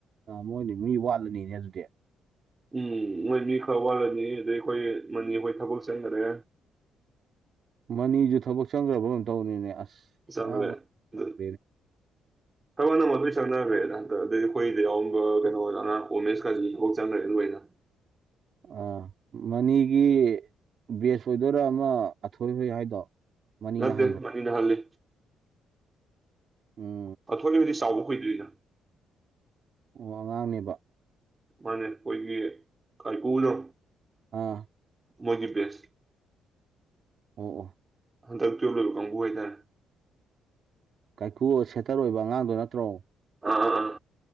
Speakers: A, on the right; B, on the right.
A: ꯃꯣꯏꯗꯤ ꯃꯤ ꯋꯥꯠꯂꯅꯤꯅꯦ ꯑꯗꯨꯗꯤ
B: ꯎꯝ ꯅꯣꯏ ꯃꯤ ꯈꯔ ꯋꯥꯠꯂꯅꯤ ꯑꯗꯩ ꯑꯩꯈꯣꯏ ꯃꯅꯤ ꯑꯩꯈꯣꯏ ꯊꯕꯛ ꯆꯪꯈꯔꯦ
A: ꯃꯅꯤꯁꯨ ꯊꯕꯛ ꯆꯪꯈ꯭ꯔꯕ ꯀꯝ ꯇꯧꯕꯅꯤꯅꯦ ꯑꯁ
B: ꯁꯅꯒ
A: ꯑꯉꯥꯡ
B: ꯏ
A: <unintelligible>
B: ꯊꯕꯛ ꯅꯃ ꯑꯗꯨꯣꯏ ꯆꯪꯅꯈ꯭ꯔꯦꯗ ꯍꯟꯇ ꯑꯗꯩ ꯑꯩꯈꯣꯏꯗ ꯌꯥꯎꯔꯝꯕ ꯀꯩꯅꯣ ꯑꯉꯥꯡ ꯑꯣꯃꯦꯁ ꯀꯥꯖꯤꯐꯛ ꯆꯪꯅꯔꯦ ꯑꯗꯨ ꯂꯣꯏꯅ
A: ꯑꯥ ꯃꯅꯤꯒꯤ ꯕꯦꯁ ꯑꯣꯏꯗꯣꯏꯔꯥ ꯑꯃ ꯑꯊꯣꯏꯍꯣꯏ ꯍꯥꯏꯗꯣ ꯃꯅꯤꯅ
B: ꯅꯠꯇꯦ
A: ꯍꯟꯕ꯭ꯔꯥ
B: ꯃꯅꯤꯅ ꯍꯜꯂꯤꯦ
A: ꯎꯝ
B: ꯇꯥꯊꯣꯛꯏꯕꯨꯗꯤ ꯆꯥꯎꯕ ꯀꯨꯏꯗꯣꯏꯗ
A: ꯑꯣ ꯑꯉꯥꯡꯅꯦꯕ
B: ꯃꯥꯅ ꯑꯩꯈꯣꯏꯒꯤ ꯀꯔꯀꯨꯅꯣ
A: ꯑꯥ
B: ꯃꯣꯏꯒꯤ ꯦꯁ
A: ꯑꯣ ꯑꯣ
B: ꯍꯟꯗꯛ ꯇꯨꯋ‌ꯦꯕ ꯂ‌ꯣꯏꯕ ꯀꯥꯡꯒꯨ ꯍꯥꯏꯇꯥꯔ‌ꯦ
A: ꯀꯥꯏꯀꯨ ꯁꯦꯇꯔ ꯑꯣꯏꯕ ꯑꯉꯥꯡꯗꯣ ꯅꯠꯇ꯭ꯔꯣ
B: ꯑꯥ ꯑꯥ ꯑꯥ